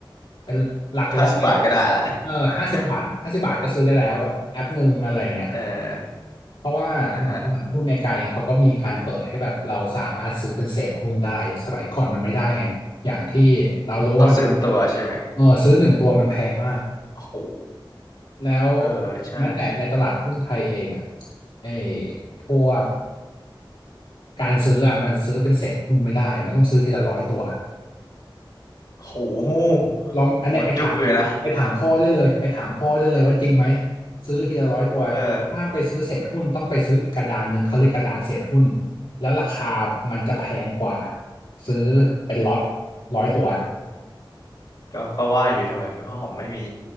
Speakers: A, on the left; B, on the left.
A: เป็นหลักร้อย
B: ห้าสิบบาทก็ได้ละ <laughs>
A: เออห้าสิบบาทห้าสิบบาทก็ซื้อได้แล้วแบบแอปหนึ่งอะไรเงี้ย
B: เออ
A: เพราะว่าในตลาดหุ้นอเมริกาเองเขาก็มีการเปิดให้แบบเราสามารถซื้อเป็นเศษหุ้นได้สมัยก่อนมันไม่ได้ไงอย่างที่เรารู้กันว่า
B: อ่ะฮะต้องซื้อเป็นตัวใช่ไหม
A: เออซื้อหนึ่งตัวมันแพงมาก
B: โอ้โห
A: แล้ว
B: เออใช่
A: แม้แต่ในตลาดหุ้นไทยเองอ่ะไอ้พวกการซื้ออ่ะมันซื้อเป็นเศษหุ้นไม่ได้มันต้องซื้อทีละร้อยตัว
B: โอ้โห
A: ลองอันเนี้ยไปถามไปถามพ่อได้เลยไปถามพ่อได้เลยว่าจริงไหม
B: โอ้โหจุกเลยนะ
A: ซื้อทีละร้อยตัวถ้าไปซื้อเศษหุ้นต้องไปซื้ออีกกระดานหนึ่งเขาเรียกกระดานเศษหุ้น
B: เออ
A: แล้วราคามันจะแพงกว่าซื้อเป็นล็อตร้อยตัว
B: อืม ก็ก็ว่าอยู่ทำไมเพราะผมไม่มี